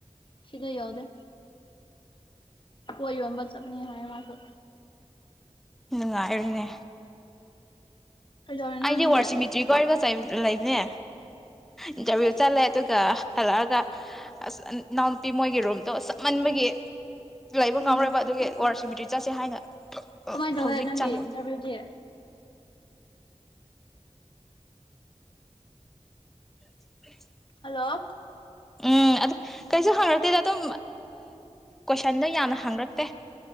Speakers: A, on the left; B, in the centre.
A: ꯁꯤꯗ ꯌꯥꯎꯗꯦ ꯍꯣꯏ ꯌꯣꯟꯕ ꯆꯠꯄꯅꯤ ꯍꯥꯏ ꯃꯥꯁꯨ
B: ꯅꯨꯡꯉꯥꯏꯔꯅꯦ
A: ꯀꯩꯗꯧꯔꯤꯅꯣ
B: ꯑꯩꯗꯤ
A: ꯅꯪꯗꯤ
B: ꯋꯥꯔꯁꯤꯃꯤꯇ꯭ꯔꯤꯒ ꯋꯥꯔꯤꯒ ꯂꯩꯕꯅꯦ ꯏꯟꯇꯔꯚꯤꯌꯨ
A: ꯑꯁ
B: ꯆꯠꯂꯦ ꯑꯗꯨꯒ ꯍꯜꯂꯛꯑꯒ ꯑꯁ ꯏꯅꯥꯎꯅꯨꯄꯤ ꯃꯣꯏꯒꯤ ꯔꯨꯝ ꯑꯣ ꯆꯠꯃꯟꯃꯒꯤ ꯂꯩꯕ
A: ꯎꯝ
B: ꯉꯝꯔꯣꯏꯕ ꯑꯗꯨꯒꯤ ꯋꯥꯔꯁꯤꯕꯤꯇꯔꯤ ꯆꯠꯁꯦ ꯍꯥꯏꯅ
A: ꯀꯃꯥꯏꯅ ꯇꯧꯋꯦ
B: ꯍꯧꯖꯤꯛ
A: ꯅꯪꯒꯤ
B: ꯆꯪꯉ
A: ꯏꯟꯇꯔꯚꯤꯌꯨꯗꯤ
B: <unintelligible>
A: ꯍꯜꯂꯣ
B: ꯎꯝ ꯑꯗꯨ ꯀꯩꯁꯨ ꯍꯥꯡꯉꯛꯇꯦꯗ ꯑꯗꯨꯝ ꯀꯣꯏꯁꯟꯗꯣ ꯌꯥꯝꯅ ꯍꯥꯡꯉꯛꯇꯦ